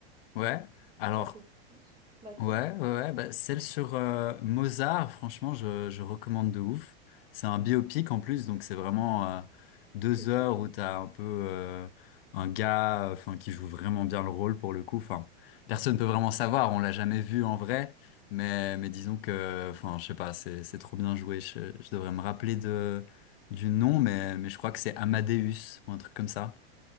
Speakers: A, on the left; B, on the right.
A: Ouais. Alors,
B: Si Ça fait du sens. Vas-y.
A: Ouais, ouais, ouais, bah, celle sur euh, Mozart, franchement, je, je recommande de ouf. C'est un biopic en plus, donc c'est vraiment euh, deux
B: Ok.
A: heures où t'as un peu euh, un gars, enfin, qui joue vraiment bien le rôle pour le coup. Enfin, personne peut vraiment savoir, on l'a jamais vu en vrai, mais mais disons que, enfin, je sais pas, c'est c'est trop bien joué. Je, je devrais me rappeler de du nom, mais mais je crois que c'est Amadeus ou un truc comme ça.